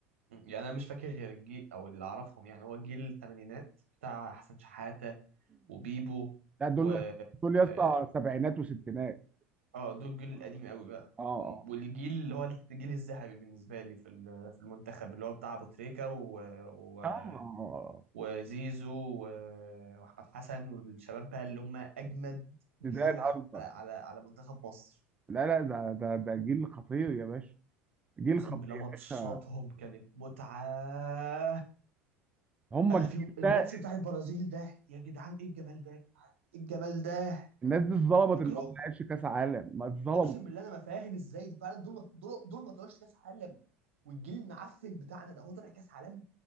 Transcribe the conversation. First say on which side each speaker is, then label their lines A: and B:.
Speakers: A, on the right (about 80°); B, on the right (about 20°).
A: م. يعني انا مش فاكر غير الجيل او اللي اعرفهم يعني هو جيل الثمانينات بتاع حسن شحاتة وبيبو
B: لا دول
A: و
B: دول
A: اه
B: يا اسطى سبعينات وستينات
A: آه، دول الجيل القديم قوي بقى
B: اه
A: م- والجيل اللي هو الجيل الذهبي بالنسبه لي في ال- في المنتخب اللي هو بتاع ابو تريكه و... و...
B: اه اه
A: وزيزو و- واحمد حسن والشباب بقى اللي هم اجمد جيل
B: زيدان قصدك
A: على على على على منتخب مصر
B: لا لا ده ده ده جيل خطير يا باشا جيل
A: اقسم
B: خطير
A: بالله
B: يا
A: ماتشاتهم
B: باشا
A: كانت متعه
B: هم
A: آه
B: الجيل
A: في الماتش
B: ده
A: بتاع البرازيل ده يا جدعان ايه الجمال ده يا جدعان ايه الجمال ده
B: الناس دي اتظلمت
A: فاكره
B: ان هو ما لعبش كاس عالم ما اتظلمت
A: اقسم بالله انا ما فاهم ازاي فعلا دول ما دول دول ما طلعوش كاس عالم والجيل المعفن بتاعنا ده هو طلع كاس عالم